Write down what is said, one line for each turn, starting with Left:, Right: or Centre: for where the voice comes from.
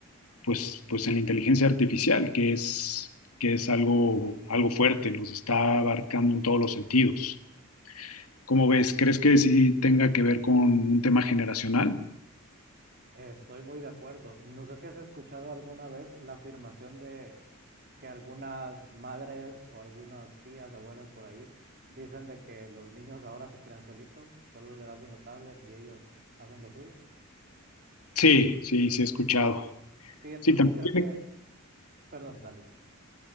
Left: pues, pues en la inteligencia artificial, que es, que es algo, algo fuerte, nos está abarcando en todos los sentidos. ¿Cómo ves? ¿Crees que sí tenga que ver con un tema generacional?
Right: Estoy muy de acuerdo. No sé si has escuchado alguna vez la afirmación de que algunas madres o algunas tías, abuelas por ahí dicen de que los niños ahora se crean solitos, solo le das una tablet y ellos hacen lo suyo.
Left: Sí, sí, sí he escuchado.
Right: Sí, entonces
Left: Sí, también
Right: creo
Left: tiene,
Right: que Perdón, dale tú.